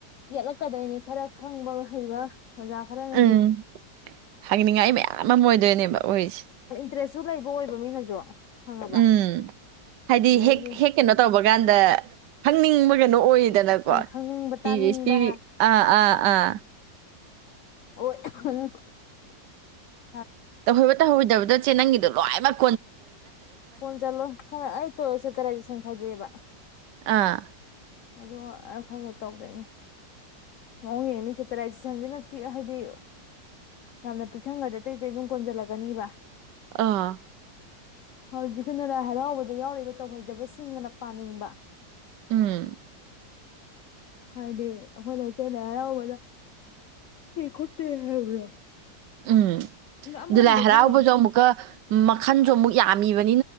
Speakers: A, on the left; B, on the right.
A: ꯌꯦꯠꯂꯛꯀꯗꯣꯏꯅꯤ ꯈꯔ ꯈꯪꯕ ꯍꯩꯕ ꯑꯣꯖꯥ ꯈꯔꯅꯗꯤ
B: ꯎꯝ ꯍꯪꯅꯤꯡꯉꯥꯏ ꯃꯌꯥꯝ ꯑꯃ ꯑꯣꯏꯗꯣꯏꯅꯦꯕ ꯑꯣꯏꯁꯦ
A: ꯇ꯭ꯔꯦꯁꯨ ꯂꯩꯕ ꯑꯣꯏꯕ ꯃꯤꯅꯁꯨ ꯈꯪꯉꯕ
B: ꯎꯝ ꯍꯥꯏꯗꯤ
A: ꯑꯗꯨꯗꯩꯗꯤ
B: ꯍꯦꯛ ꯍꯦꯛ ꯀꯩꯅꯣ ꯇꯧꯕ ꯀꯥꯟꯗ ꯈꯪꯅꯤꯡꯕ ꯀꯩꯅꯣ ꯑꯣꯏꯗꯅꯀꯣ
A: ꯑꯪ ꯈꯪꯅꯤꯡꯕ ꯇꯥꯅꯤꯡꯕ
B: ꯄꯤ ꯑꯩꯆ ꯗꯤꯑꯥ ꯑꯥ ꯑꯥ
A: ꯑꯣꯏ ꯑ ꯍꯨ
B: ꯇꯍꯣꯏꯕ ꯇꯍꯣꯗꯕꯗ ꯆꯦ ꯅꯪꯒꯤꯗꯣ ꯂꯣꯏꯃꯛ
A: ꯀꯣꯖꯜꯂꯣꯏ ꯈꯔ ꯑꯩ ꯇꯣ ꯆꯦꯞꯇꯔꯥꯏꯁꯦꯁꯟ ꯈꯥꯏꯗꯣꯛꯑꯦꯕ
B: ꯑꯥ
A: ꯑꯗꯣ ꯈꯔ ꯈꯔ ꯇꯧꯗꯣꯏꯅꯦ ꯃꯑꯣꯡ ꯌꯦꯡꯅꯤ ꯆꯦꯞꯇꯔꯥꯏꯖꯦꯁꯟꯁꯤꯅ ꯄꯤꯛ ꯍꯥꯏꯗꯤ ꯌꯥꯝꯅ ꯄꯤꯛꯁꯟꯒꯗꯤ ꯑꯇꯩ ꯑꯇꯩ ꯑꯗꯨꯝ ꯀꯣꯟꯁꯤꯜꯂꯛꯀꯅꯤꯕ
B: ꯑꯥ
A: ꯍꯧꯖꯤꯛꯀꯤꯅ ꯂꯥꯏ ꯍꯔꯥꯎꯕꯗ ꯌꯥꯎꯔꯤꯕ ꯇꯧꯍꯩꯗꯕꯁꯤꯡꯑꯅ ꯄꯥꯅꯤꯡꯕ
B: ꯎꯝ
A: ꯍꯥꯏꯗꯤ ꯑꯩꯈꯣꯏ ꯂꯩꯇꯦ ꯂꯩ ꯍꯥꯔꯥꯎꯕꯗ ꯈꯣꯠꯇꯦ ꯍꯥꯏꯕꯗꯣ
B: ꯎꯝ
A: ꯑꯃꯔꯣꯝꯗ
B: ꯑꯗꯨ ꯂꯥꯏ
A: ꯑꯩꯈꯣꯏꯅ
B: ꯍꯔꯥꯎꯕꯁꯨ ꯑꯃꯨꯛꯀ ꯃꯈꯟꯁꯨ ꯑꯃꯨꯛ ꯌꯥꯝꯃꯤꯕ